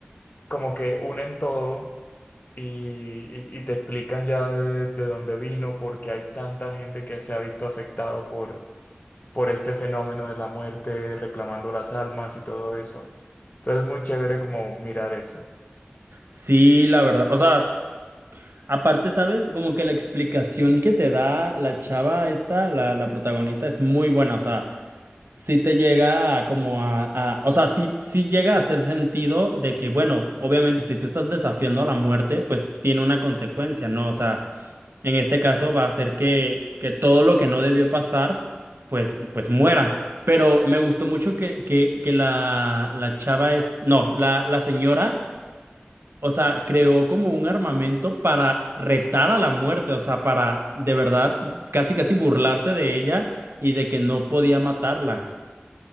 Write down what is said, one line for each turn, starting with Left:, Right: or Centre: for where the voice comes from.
Left: como que unen todo y, y- y te explican ya de, de dónde vino, porque hay tanta gente que se ha visto afectado por este fenómeno de la muerte, reclamando las almas y todo eso. Entonces, muy chévere como mirar eso.
Right: Sí, la verdad. O sea, aparte, ¿sabes? Como que la explicación que te da la chava esta, la, la protagonista, es muy buena. O sea, sí te llega a como a, a- o sea, sí, sí llega a hacer sentido de que, bueno, obviamente si tú estás desafiando a la muerte, pues tiene una consecuencia, ¿no? O sea... En este caso va a hacer que, que todo lo que no debió pasar, pues, pues muera. Pero me gustó mucho que, que, que la, la chava es, no, la, la señora, o sea, creó como un armamento para retar a la muerte, o sea, para de verdad casi casi burlarse de ella y de que no podía matarla.